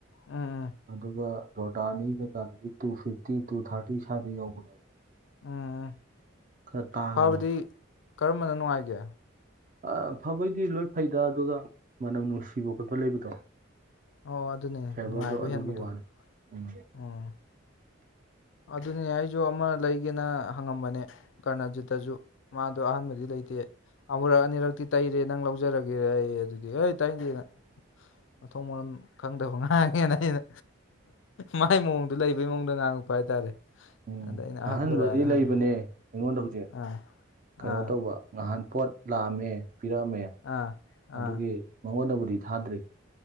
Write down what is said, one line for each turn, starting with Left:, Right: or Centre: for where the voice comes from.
Left: ꯎꯝ ꯎꯝ
Right: ꯑꯗꯨꯒ ꯖꯣꯔꯗꯥꯅꯤ ꯀꯩꯀꯥꯗꯗꯤ ꯇꯨ ꯐꯤꯐꯇꯤ ꯇꯨ ꯊꯥꯔꯇꯤ ꯁ꯭ꯋꯥꯏꯗ ꯌꯧꯕꯅꯦꯕ
Left: ꯎꯝ
Right: ꯈꯔ ꯇꯥꯡꯉꯦ
Left: ꯐꯕꯗꯤ
Right: ꯃꯣꯏ
Left: ꯀꯔꯝꯕꯅ ꯅꯨꯡꯉꯥꯏꯒꯦ
Right: ꯑ ꯐꯕꯩꯗꯤ ꯂꯣꯏ ꯐꯩꯗ ꯑꯗꯨꯒ ꯃꯅꯝ ꯅꯨꯡꯁꯤꯕ ꯈꯣꯠꯄ ꯂꯩꯕꯗꯣ
Left: ꯑꯣ ꯑꯗꯨꯅꯦ
Right: ꯐꯦꯕꯔꯗꯣ
Left: ꯅꯨꯡꯉꯥꯏꯕ
Right: ꯑꯗꯨꯒꯤ
Left: ꯍꯦꯟꯕꯗꯣ
Right: ꯋꯥꯅꯤ ꯎꯝ
Left: ꯎꯝ ꯑꯗꯨꯅꯦ ꯑꯩꯁꯨ ꯑꯃ ꯂꯩꯒꯦꯅ ꯍꯪꯉꯝꯕꯅꯦ ꯀꯔꯅꯖꯤꯠꯇꯁꯨ ꯃꯥꯗꯣ ꯑꯍꯥꯟꯕꯗꯤ ꯂꯩꯇꯦ ꯑꯃꯨꯔꯛ ꯑꯅꯤꯔꯛꯇꯤ ꯇꯩꯔꯦ ꯅꯪ ꯂꯧꯖꯔꯒꯦꯔꯦ ꯑꯩ ꯑꯗꯨꯗꯤ ꯍ ꯇꯩꯗꯦ ꯅꯪ ꯃꯊꯊꯧ ꯃꯔꯝ ꯈꯪꯗꯕ ꯉꯥꯡꯉꯦꯅ ꯑꯩꯅ ꯃꯥꯏ ꯃꯑꯣꯡꯗꯣ ꯂꯩꯕꯒꯤ ꯃꯑꯣꯡꯗ ꯉꯥꯡꯉꯛꯄ ꯍꯥꯏꯇꯥꯔꯦ
Right: ꯎꯝ
Left: ꯑꯗ ꯑꯩꯅ ꯑꯍꯪꯕ꯭ꯔꯥꯅ
Right: ꯑꯍꯥꯟꯕꯗꯤ ꯂꯩꯕꯅꯦ
Left: ꯍꯪꯕꯕꯨ
Right: ꯑꯩꯉꯣꯟꯗ ꯍꯧꯖꯤꯛ
Left: ꯑꯥ
Right: ꯀꯩꯅꯣ
Left: ꯑꯥ
Right: ꯇꯧꯕ ꯉꯍꯥꯟ ꯄꯣꯠ ꯂꯥꯛꯑꯝꯃꯦ ꯄꯤꯔꯛꯑꯝꯃꯦ
Left: ꯑꯥ
Right: ꯑꯗꯨꯒꯤ
Left: ꯑꯥ
Right: ꯃꯉꯣꯟꯗꯕꯨꯗꯤ ꯊꯥꯗ꯭ꯔꯤ